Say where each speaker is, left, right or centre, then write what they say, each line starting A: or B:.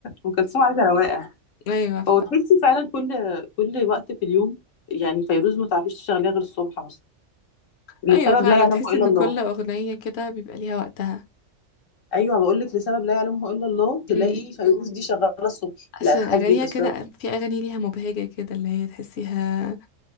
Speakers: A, on the left; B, on the left.
A: ام كلثوم عايزه رواقه
B: ايوه
A: هو تحسي فعلا كل كل وقت في اليوم يعني فيروز ما تعرفيش تشغليها غير الصبح مثلا لسبب
B: ايوه فعلا
A: لا يعلمه
B: تحس
A: الا
B: ان
A: الله
B: كل اغنيه كده بيبقى ليها وقتها
A: ايوه بقول لك لسبب لا يعلمه الا الله تلاقي
B: امم
A: فيروز دي شغاله الصبح
B: عشان
A: لا تحبي
B: اغانيها
A: تشربي
B: كده في اغاني ليها مبهجه كده اللي هي تحسيها